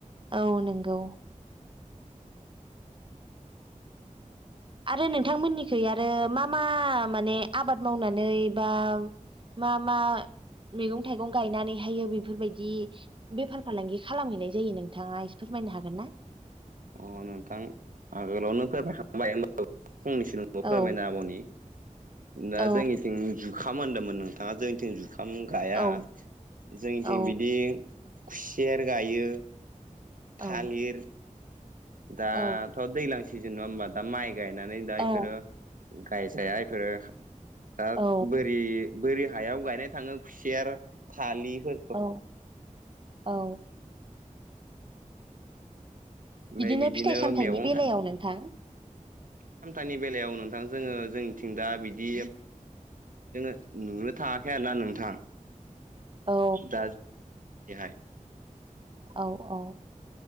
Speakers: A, on the right; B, on the right.
A: औ नंगौ आरो नोंथांमोननिखै आरो आरो मा मा माने आबाद मावनानै बा मा मा मैगं थाइगं गायनानैहायो बेफोरबायदि बेफार फालांगि खालामहैनाय जायो नोंथाङा एसे फोरमायनो हागोन ना?
B: अ नोंथां आगोलावनो फबायखांबाय हब फंनैसो बे फोरमायना
A: औ
B: आब'नि दा
A: औ
B: जोंनिथिं जु खाम होनदोंमोन नोंथाङा जोंनिथिं जुखाम गाया
A: औ
B: जोंनिथिं
A: औ
B: बिदि खुसेर गायो
A: औ
B: थालिर दाथ'
A: औ
B: दैज्लां सिजोन नङा हबा दा माइ गायनानै दा
A: औ
B: इफोरो गायजाया इफोरो दा
A: औ
B: बोरि बोरि हायाव गायनाय थाङो खुसेर थालिफो
A: औ औ
B: ओमफ्राय
A: बिदिनो फिथाइ सामथाइनि
B: मैगं
A: बेलायाव नोंथां
B: सामथानि बेलायाव नोंथां जोङो जोंनिथिं दा बिदि जोङो नुनो थाङाखै आरोोना नोंथां
A: औ
B: दा बेहाय
A: औ औ